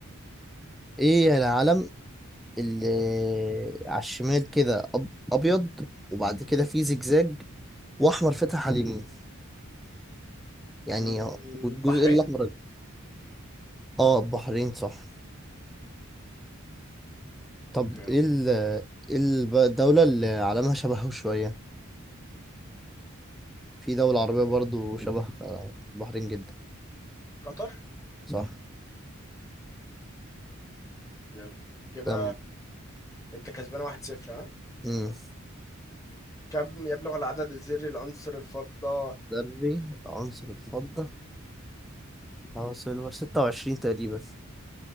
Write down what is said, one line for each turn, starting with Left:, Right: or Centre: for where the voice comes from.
Centre: ايه العلم اللي على الشمال كده أب... ابيض وبعد كده في زجزاج واحمر فاتح على اليمين يعني
Left: م- م-
Centre: والجزء
Left: بحرين
Centre: الاحمر اه البحرين صح
Left: اوكي
Centre: طب ايه ال... ايه الب- الدولة اللي علمها شبهه شوية في دولة عربية برضو
Left: آه،
Centre: شبه آه، البحرين جدا
Left: قطر
Centre: صح
Left: يلا كده
Centre: يلا
Left: انت كسبان واحد صفر ها
Centre: امم
Left: كم يبلغ العدد الذري لعنصر الفضة
Centre: ذري العنصر الفضة اه سيلفر 26 تقريبا